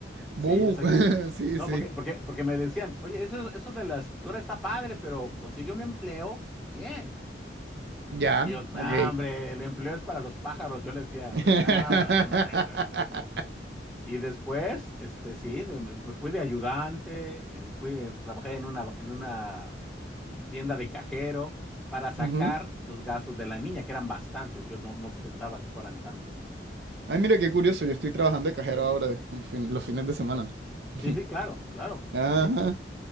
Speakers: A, on the right; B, in the centre.
A: Bobu.
B: Sí, exacta.
A: <laughs> Sí,
B: No,
A: sí.
B: porque, porque, porque me decían, oye, eso, eso de la escritura está padre, pero consigue un empleo, bien.
A: Ya,
B: Y yo, no,
A: ok.
B: hombre, el empleo es para los pájaros. Yo le decía,
A: <laughs>
B: no, no, yo no tengo. Y después, este, sí, de- me, me fui de ayudante, eh, fui, trabajé en una, en una tienda de cajero para sacar
A: Ujú.
B: los gastos de la niña, que eran bastantes. Yo no, no pensaba que fueran tantos, ¿no?
A: Ay, mira qué curioso, yo estoy trabajando de cajero ahora de- en fin- los fines de semana. <laughs>
B: Sí, sí, claro, claro,
A: Ajá.
B: sí, sí,